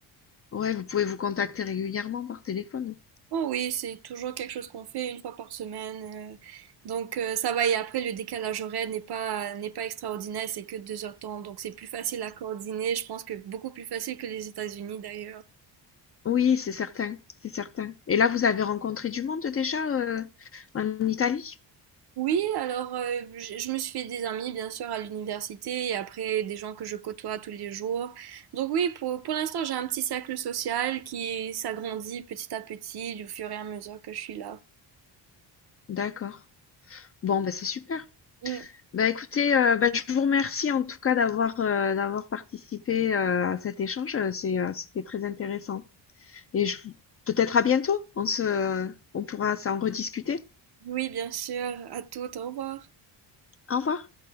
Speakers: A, on the left (about 35°); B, on the right (about 60°).
A: ouais, vous pouvez vous contacter régulièrement par téléphone. hein.
B: oh oui, c'est toujours quelque chose qu'on fait une fois par semaine. euh. donc, euh, ça va. Et après, le décalage horaire n'est pas, n'est pas extraordinaire, c'est que deux heures de temps. Donc, c'est plus facile à coordonner. Je pense que beaucoup plus facile que les États-Unis d'ailleurs.
A: Oui, c'est certain, c'est certain. Et là, vous avez rencontré du monde déjà euh, en Italie?
B: Oui, alors euh, je je me suis fait des amis bien sûr à l'université et après des gens que je côtoie tous les jours. Donc oui, pour, pour l'instant j'ai un petit cercle social qui s'agrandit petit à petit du fur et à mesure que je suis là.
A: D'accord. Bon, bah, c'est super.
B: Mm.
A: Bah, écoutez, euh, bah, je vous remercie en tout cas d'avoir euh, d'avoir participé euh, à cet échange. Euh, C'est, euh, c'était très intéressant. Et je, peut-être à bientôt. On se, on pourra s'en rediscuter.
B: Oui, bien sûr, à tout, au revoir.
A: Au revoir.